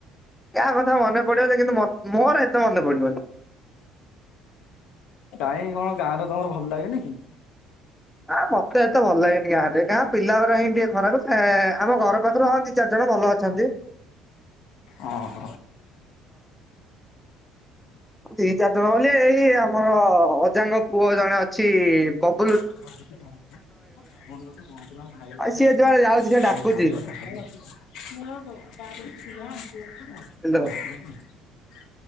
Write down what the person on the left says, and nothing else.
କାଇଁ କଣ ଗାଁ ଟା ତମର ଭଲ ଲାଗେନି କି?
ଅ ହ।
<unintelligible> <unintelligible>
ମୋର
ଦରକାର <unintelligible>